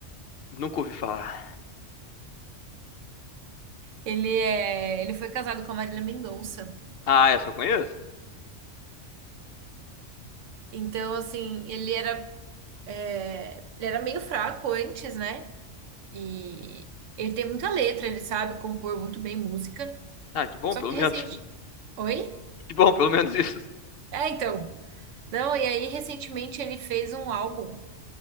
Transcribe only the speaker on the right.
Ele é, ele foi casado com a Marília Mendonça.
Então, assim, ele era, é, ele era meio fraco antes, né? E ele tem muita letra, ele sabe compor muito bem música.
Só
que
recente.
Oi?
É, então. Não, e aí recentemente ele fez um álbum